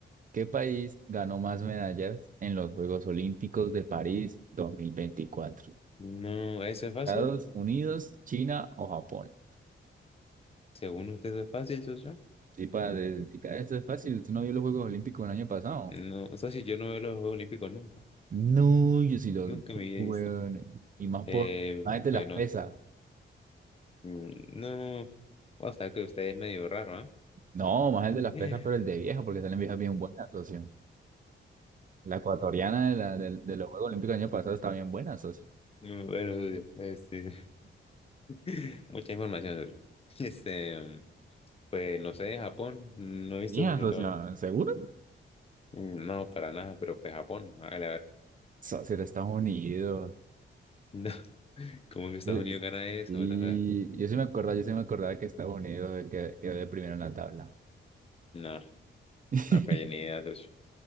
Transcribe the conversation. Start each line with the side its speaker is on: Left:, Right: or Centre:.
Right: ¿Qué país ganó más medallas en los Juegos Olímpicos de París 2024?
Left: No, eso es fácil.
Right: ¿Estados Unidos, China o Japón?
Left: Según usted es fácil, socio.
Right: Sí, para decir, que eso es fácil. ¿Usted no vio los Juegos Olímpicos el año pasado?
Left: No, socio, yo no veo los Juegos Olímpicos nunca.
Right: No, yo sí los
Left: Nunca
Right: vi,
Left: me había
Right: weón.
Left: visto.
Right: Y más
Left: Eh,
Right: por, más el de
Left: bueno,
Right: las pesas.
Left: mm, no. O sea que usted es medio raro,
Right: No, más el de las
Left: ¿eh?
Right: pesas, pero el de vieja, porque salen viejas bien buenas, socio. La ecuatoriana de, la, del- de los Juegos Olímpicos del año pasado está bien buena, socio.
Left: No, <laughs> Bueno, socio, este, <laughs> mucha información, socio. <laughs> Este, pues no sé, Japón. No he visto,
Right: Bien,
Left: socio,
Right: socio,
Left: la verdad.
Right: ¿seguro?
Left: Mm, No, para nada, pero pues Japón. hágale A ver,
Right: Socio, de Estados Unidos.
Left: No. <laughs> ¿Cómo que Estados
Right: Y
Left: Unidos gana eso?
Right: y
Left: What the fuck?
Right: yo sí me acordaba, yo sí me acordaba que Estados Unidos que- quedó de primero en la tabla.
Left: No,
Right: <laughs>
Left: no, pues ni idea, socio.